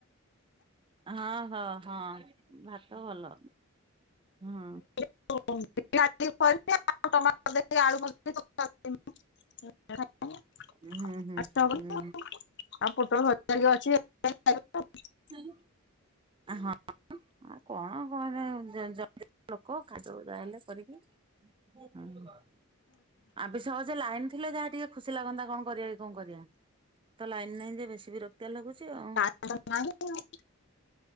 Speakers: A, on the right (about 25°); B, on the left (about 55°).
A: ହଁ ହଁ ହଁ ଭାତ ଭଲ ହୁଁ।
B: <unintelligible> ଆଳୁ ଟମାଟ ଦେଇକି। <unintelligible> ଆଉ ପୋଟଳ
A: ହୁଁ
B: ଭଜା
A: ହୁଁ ହୁଁ
B: ଟିକେ ଅଛି ହେଥିରେ ଖାଇଦବୁ।
A: ହୁଁ। ହଁ। ଆ କଣ କଣ ଜଣେ ଲୋକ ଖାଇଦବୁ ଜାହା ହେଲେ କରିକି। ହଁ। ଆବେ ସହଜେ ଲାଇନ୍ ଥିଲେ ଯାହା ଟିକେ ଖୁସି ଲାଗନ୍ତା କଣ କରିବା କି କଣ କରିବା। ତ ଲାଇନ ନାଇଯେ ବେଶୀ ବିରକ୍ତ ଆ ଲାଗୁଛି ଆଉ।
B: ମ <unintelligible>